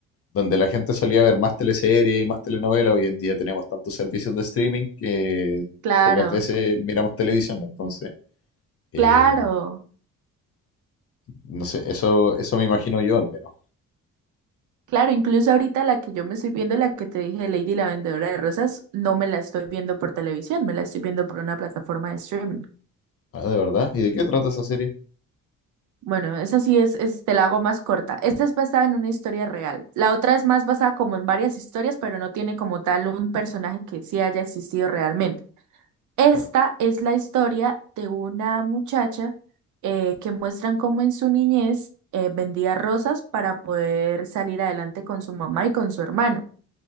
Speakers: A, on the left; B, on the right.
A: donde la gente solía ver más teleseries y más telenovelas, hoy en día tenemos tantos servicios de streaming que
B: Claro,
A: pocas veces miramos televisión, entonces, eh,
B: claro,
A: no sé, eso, eso me imagino yo al menos.
B: claro. Incluso ahorita la que yo me estoy viendo, la que te dije, Lady la Vendedora de Rosas, no me la estoy viendo por televisión, me la estoy viendo por una plataforma de streaming.
A: Ah, ¿de verdad? ¿Y de qué trata esa serie?
B: Bueno, esa sí es, es, te la hago más corta. Esta es basada en una historia real. La otra es más basada como en varias historias, pero no tiene como tal un personaje que sí haya existido realmente. Esta
A: Claro,
B: es la historia de una muchacha eh, que muestran cómo en su niñez eh, vendía rosas para poder salir adelante con su mamá y con su hermano.